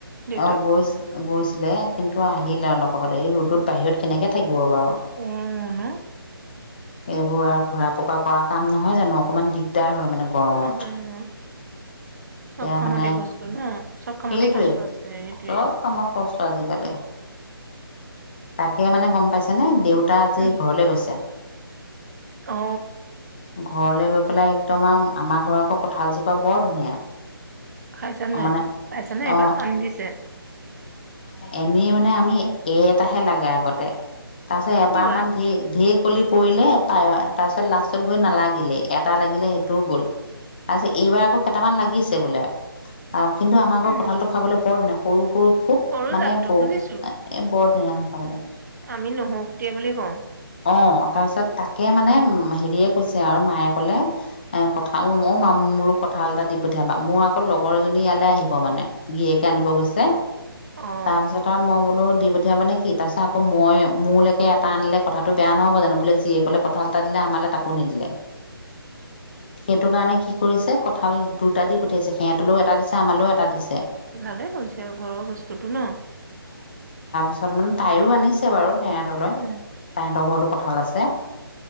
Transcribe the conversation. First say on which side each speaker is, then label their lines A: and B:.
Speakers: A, on the right; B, on the left.
A: দেউতাক
B: অ' গৈছে, গৈছে। লে কিন্তু আহিলে অলপ আগতে এই ৰ'দত বাহিৰত কেনেকে থাকিল ব বাৰু?
A: উম ন
B: এইবোৰ আৰু ঘূৰা পকা কৰা কাম নহয় জানো অকণমান দিগ দিগদাৰ হয় মানে গৰমত
A: কিয় নহয় ন চব
B: এয়া
A: কামতে
B: মানে
A: কষ্ট ন চব কামতে
B: সেইটোৱে
A: কষ্ট আছে সেইটোৱে
B: চব কামৰ কষ্ট আজিকালি। তাকে মানে গম পাইছে নে দেউতা আজি
A: উম
B: ঘৰলে গৈছে।
A: অ।
B: ঘৰলে গৈ পেলাই একদম আও আমাৰ ঘৰ আকৌ কঁঠালজোপা বৰ ধুনীয়া।
A: খাইছা নে
B: মানে
A: খাইছ নে
B: অ
A: এইবাৰ আনি দিছে?
B: এনি মানে আমি এ এটাহে লাগে আগতে তাৰপিছত এবাৰমান
A: ই ৱাই
B: ধ ধেৰ কলি পৰিলে পায় তাৰ পিছত লাষ্টত গৈ নালাগিলে এটা লাগিলে সেইটোও গ'ল। তাৰপিছত এইবাৰ আকৌ কেইটামান লাগিছে বোলে অ কিন্তু আমাৰ ঘৰ
A: উম
B: কঠালটো খাবলৈ বৰ ধুনীয়া, সৰু সৰু খুব
A: সৰু
B: মানে
A: জাতটো
B: ব
A: বুজিছো
B: এ বৰ ধুনীয়া হয় খাবলে।
A: আমি নহৰু ফুটিয়া বুলি কওঁ।
B: অ তাৰপিছত তাকে মানে হেৰিয়ে কৈছে আৰু মায়ে কলে এ কথা অ মা মোলো কঁঠাল এটা দি পঠিয়াবা মোৰ আকৌ লগৰজনী ইয়ালে আহিব মানে, গীৰিয়েকে আনিব গৈছে।
A: অ
B: তাৰপিছত আৰু মই বোলো দি পঠিয়াব মানে কি তাৰ পাছ আকৌ মই মোৰলৈকে এটা আনিলে কথাটো বেয়া নহ'ব জানো বোলে জীয়েকলে কঁঠাল এটা দিলে আমালে তাকো নিদিলে, সেইটোকৰণে কি কৰিছে কঁঠাল দুটা দি পঠিয়াইছে সিহঁতলৈও এটা দিছে আমালেও এটা দিছে।
A: ভালে কৰিছে আৰু ঘৰৰ বস্তুটো ন?
B: তাৰপিছত মানে তাইয়ো আনিছে বাৰু সেহঁতলৈ
A: উম,
B: তাহঁতৰ ঘৰতো কঁঠাল আছে।